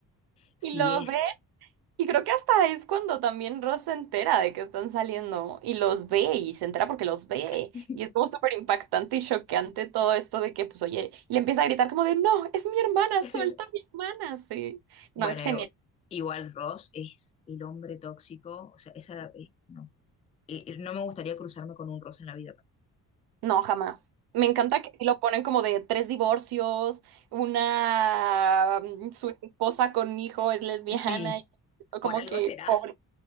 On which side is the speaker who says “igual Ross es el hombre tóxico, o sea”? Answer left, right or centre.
Left